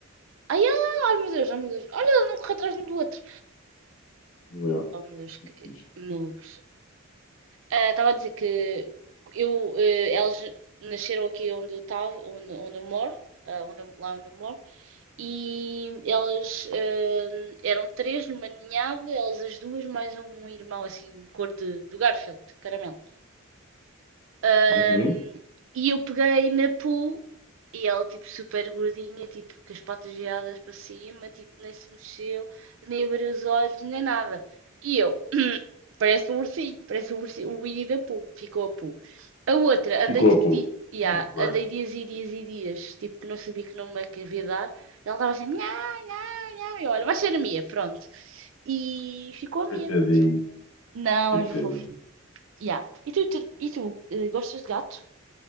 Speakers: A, on the right; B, on the left.
A: Ai, ai, ai, meu Deus, ai, meu Deus, olha, ela não corre atrás de um do outro.
B: Meu,
A: Oh, molusco,
B: muito fixe.
A: eh, Malucos. Ah, Estava a dizer que eu, eh, eles nasceram aqui onde eu estava, onde, onde eu moro, ah, onde eu- lá onde eu moro, e elas eh, eram três numa ninhada, elas as duas, mais um irmão assim, cor de, do Garfield, caramelo. Ahm,
B: Uhum.
A: e eu peguei na Pooh e ela, tipo, super gordinha, tipo, com as patas viradas para cima, tipo, nem se mexeu, nem abriu os olhos, nem nada. E eu, <clears throat> parece um ursinho, parece um ursinho, o Winnie da Pooh, ficou a Pooh. A outra,
B: Ficou
A: andei tipo,
B: a pôr.
A: di yeah,
B: Muito
A: andei
B: bem.
A: dias e dias e dias, tipo, que não sabia que nome é que havia de dar. E ela estava assim, nhá, nhá, nhá, e eu, olha, vai ser a Mia, pronto. E ficou a
B: Coitadinho,
A: Mia. Não,
B: coitadinho.
A: é fofinho. Yeah. E tu, tu- e tu eh, gostas de gatos?